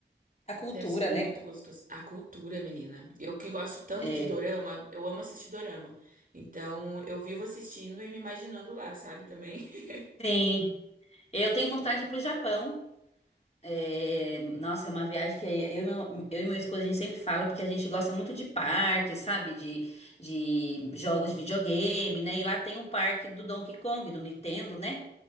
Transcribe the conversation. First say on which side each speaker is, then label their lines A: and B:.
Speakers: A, on the left; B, on the right.
A: A cultura,
B: Deve ser muito
A: né?
B: gostoso. A cultura, menina. Eu que gosto tanto
A: É,
B: de dorama, eu amo assistir dorama. Então, eu vivo assistindo e me imaginando lá, sabe, também. <laughs>
A: sim. Eu tenho vontade de ir pro Japão. É, nossa, é uma viagem que eu e meu, eu e meu esposo a gente sempre fala, porque a gente gosta muito de parque, sabe? De, de jogos de videogame, né? E lá tem um parque do Donkey Kong, do Nintendo, né?